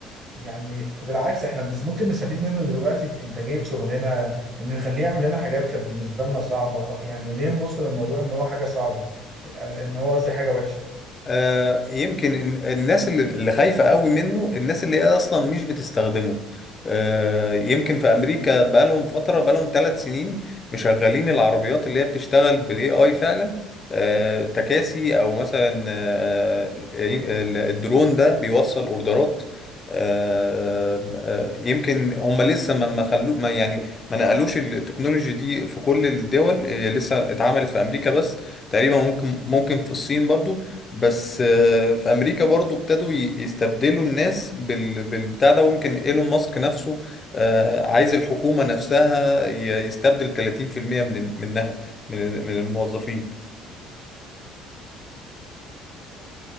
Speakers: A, on the right; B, on the left.
A: يعني بالعكس احنا بنس... ممكن نستفيد منه دلوقتي في انتاجية شغلنا انه يخليه يعمل لنا حاجات كانت بالنسبة لنا صعبة يعني ليه نبص للموضوع ان هو حاجة صعبة آه، ان هو قصدي حاجة وحشة
B: آه، يمكن إن- الناس اللي اللي خايفة قوي منه الناس اللي هي أصلا مش بتستخدمه آه، يمكن في أمريكا بقالهم فترة بقالهم ثلاث سنين مشغلين العربيات اللي هي بتشتغل بالاي اي فعلا آه، تكاسي أو مثلا آه، ال- الدرون ده بيوصل أوردرات آه، آه، يمكن هم لسه ما ما خلو ما يعني ما نقلوش التكنولوجي دي في كل الدول آه، لسه اتعملت في أمريكا بس تقريبا ممكن ممكن في الصين برضو بس آه، في امريكا برضو ابتدوا ي- يستبدلوا الناس بال- بالبتاع ده ويمكن ايلون ماسك نفسه آه، عايز الحكومة نفسها ي- يستبدل 30% من منها من من الموظفين